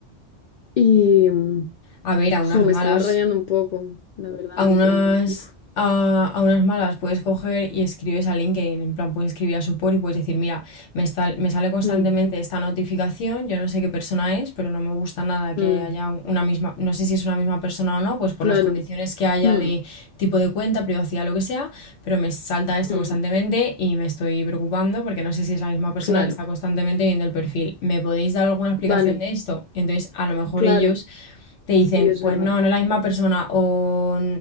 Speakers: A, on the left (about 60°); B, on the left (about 80°).
A: y, mm,
B: a ver, a
A: jo,
B: unas
A: me
B: malas,
A: estaba rayando un poco, la verdad,
B: a unas,
A: en plan, uf,
B: a, a unas malas puedes coger y escribes a LinkedIn, en plan puedes escribir a support y puedes decir, mira, me, está- me sale constantemente
A: mm,
B: esta notificación, yo no sé qué persona es, pero no me gusta nada que
A: mm,
B: haya una misma, no sé si es una misma persona o no, pues por
A: claro,
B: las condiciones que haya
A: mm,
B: de tipo de cuenta, privacidad, lo que sea, pero me salta esto
A: mm,
B: constantemente y me estoy preocupando porque no sé si es la misma persona
A: claro,
B: que está constantemente viendo el perfil. ¿Me podéis dar alguna explicación
A: vale,
B: de esto? Entonces, a lo mejor
A: claro,
B: ellos te dicen,
A: sí, es
B: pues
A: verdad.
B: no, no es la misma persona, o,